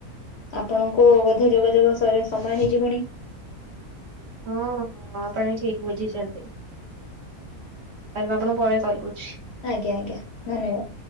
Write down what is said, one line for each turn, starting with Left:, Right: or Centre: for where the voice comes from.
Left: ଆପଣଙ୍କୁ ବୋଧେ ଯୋଗାଯୋଗ ସରି ସମୟ ହେଇଯିବଣି।
Right: ହଁ ଆପଣ ଠିକ ବୁଝିଚନ୍ତି। ତାହେଲେ ମୁଁ ଆପଣ ଙ୍କୁ ପରେ କଲ୍ କରୁଚି।
Left: ଆଜ୍ଞା ଆଜ୍ଞା ଧନ୍ୟବାଦ।